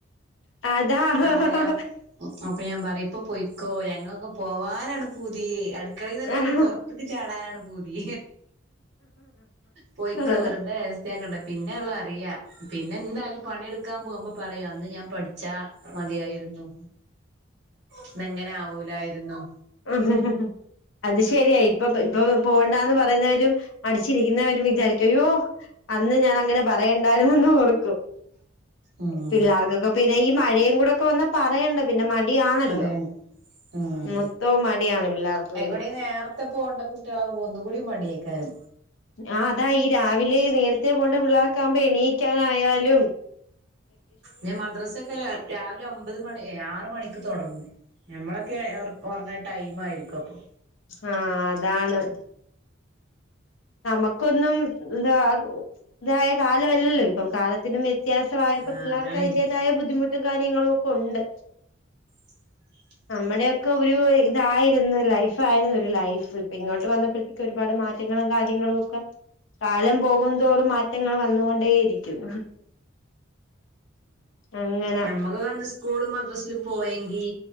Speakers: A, on the left; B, on the right.
A: അതാ ആഹ്
B: അവ ഞാൻ അപ്പ ഞാൻ പറി ഇപ്പൊ പോയിക്കോ ഞങ്ങളൊക്കെ പോവാൻ എന്താണ് പൂതി അടുക്കളയിന്നൊക്കെ
A: ആഹ്
B: ഒന്ന് പുറത്ത്ക്ക് ചാടാനാണ് പൂതി പോയിക്കോ
A: ആഹ്
B: വെറുതെ വേസ്റ്റാക്കണ്ട പിന്നെ ഉള്ള അറിയ പിന്നെ എന്തായാലും പണിയെടുക്ക എക്കാൻ പോകുമ്പോ പറയാൂ അന്ന് ഞാൻ പഠിച്ചാ മതിയായിരുന്നു ഇന്ന് ഇങ്ങനെ ആവൂലായിരുന്നു
A: മ്ഹ് മ്മ്ഹ് മ് ഹ് അത് ശരിയാ ഇപ്പൊ പ്പൊ പോവണ്ടാന്ന് പറയുന്നവരും മടിച്ചിരിക്കുന്നവരും വിചാരിക്കും അയ്യോ അന്ന് ഞാൻ അങ്ങനെ പറയണ്ടായിരുന്നുന്ന് ഓർക്കും
B: ഉം
A: പിള്ളേർക്കൊക്കെ പിന്നെ ഈ മഴ <unintelligible> കൂടൊക്കെ വന്ന പറയണ്ട പിന്നെ മടി ആണല്ലോ
B: പറയണ്ട ഉം
A: മു പോ മടിയാണ് പിള്ളേർക്ക് പിന്ന
B: അയിക്കൂടെ ഈ നേരത്തെ പോണ്ട കുട്ടിയാളവുമ്പോ ഒന്നു കൂടിം മടിയെക്കാരും
A: ആഹ് അതാ ഈ രാവ ഇല്ലേ നേരത്തെ പോണ്ട പിള്ളാർക്കാമ്പം എണീയിക്കാനായാലും
B: ഞാൻ മദ്രാസൊക്കെ രാവിലെ ഒമ്പത് മണി ആറ മണിക്ക് തുടങ്ങും ഞമ്മളൊക്കെ ഉറങ്ങ്ണ ടൈം ആയിരിക്കും അപ്പൊ
A: ആ അതാണ് നമുക്കൊന്നും ന്താ ഇതായ കാലമല്ലല്ലോ ഇപ്പൊ കാലത്തിനും വ്യത്യാസമായപ്പോ
B: ആഹ്
A: പിള്ളാർക്ക്
B: അതാണേ
A: അതിന്റേതായ ബുദ്ധിമുട്ടും കാര്യങ്ങളും ഒക്കെ ഒണ്ട്
B: <inaudible>
A: നമ്മുടെക്കെ ഒരു ഇതായിരുന്നു ലൈഫ് ആയിരുന്നു ഒരു ലൈഫ് ഇപ്പൊ ഇങ്ങോട്ട് വന്നപ്പോഴത്തേക്ക് ഒരുപാട് മാറ്റ- മാറ്റങ്ങളും കാര്യങ്ങളുംമൊക്കെ കാലം പോകുംതോറും മാറ്റങ്ങൾ വന്നുകൊണ്ടേയിരിക്കും അങ്ങനെ
B: ഞമ്മക്കന്ന് സ്കൂളും മദ്രസ് പോയെങ്കി